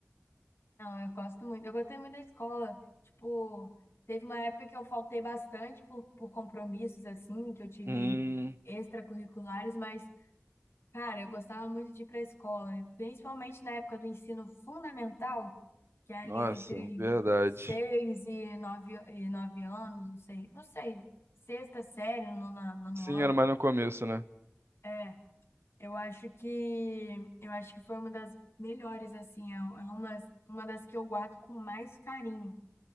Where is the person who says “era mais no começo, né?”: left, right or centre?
Right